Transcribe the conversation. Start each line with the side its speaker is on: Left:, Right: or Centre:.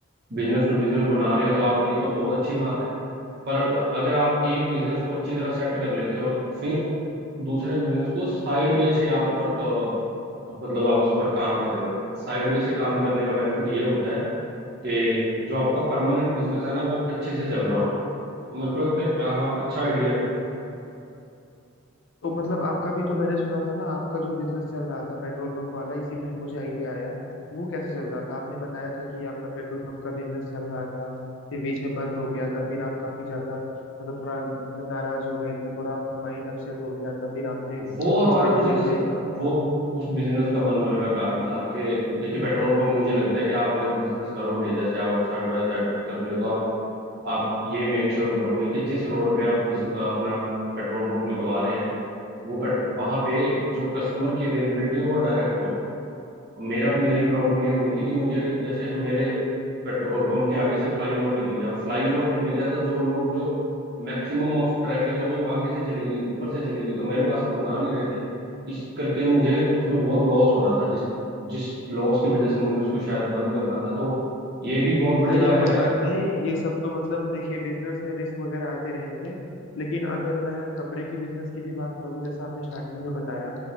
Right: बिजनेस टू बिजनेस बना
Left: हाँ
Right: रहे हो तो आप ये तो बहुत अच्छी बात है पर अगर आप एक बिजनेस को अच्छी तरह सेट कर लेते हो और फिर दूसरे बिजनेस को साइड वे से आप पर अ, मतलब आप उस पर काम कर रहे हो साइड वे से काम करने का बेनिफिट ये होता है कि जो आपका परमानेंट बिजनेस है ना वो अच्छे से चल रहा हो तो मेरे को लगता है कि हाँ हाँ, अच्छा आइडिया है
Left: तो मतलब आपका भी तो मैंने सुना था ना आपका जो बिजनेस चल रहा था पेट्रोल पंप वाला इसीलिए मुझे आइडिया आया वो कैसे चल रहा था आपने बताया था कि आपका पेट्रोल पंप का बिजनेस चल रहा था फिर बीच में बंद हो गया था फिर आप काफी ज्यादा मतलब थोड़ा मतलब नाराज हो गए थे थोड़ा आपका माइंड अपसेट हो गया था फिर आपने
Right: वो हमारा
Left: जिस तरीके
Right: बिजनेस
Left: से
Right: वो उस बिजनेस का बंद होने का कारण था कि देखिए पेट्रोल पंप मुझे लगता है कि आप अगर बिजनेस करोगे जैसे आप, आप साइड बाय साइड कर रहे हो तो आप आप ये मेक श्योर करोगे कि जिस रोड पे आप बिज- अपना पेट्रोल पंप लगवा रहे हैं वो पेट वहाँ पे जो कस्टमर की अवेलेबिलिटी हो वो डायरेक्ट हो मेरा मेरी प्रॉब्लम ये होगी थी कि मुझे जैसे हम मेरे पेट्रोल पंप के आगे से फ्लाईओवर निकल गया अब फ्लाईओवर निकल गया तो जो लोग जो मैक्सिमम ऑफ ट्रैफिक है वो आगे से चली गई ऊपर से चली गई तो मेरे पास लोग आ नहीं रहे थे इस करके मुझे उसमें बहुत लॉस हो रहा था जिस जिस लॉस की वजह से मुझे उसको शायद बंद करना था तो ये भी बहुत बढ़िया
Left: चलिए
Right: है
Left: कोई बात नहीं ये सब तो मतलब देखिए बिजनेस में रिस्क वगैरह आते रहेंगे लेकिन अगर मैं कपड़े की बिजनेस की भी बात करूं जैसा आपने स्टार्टिंग में बताया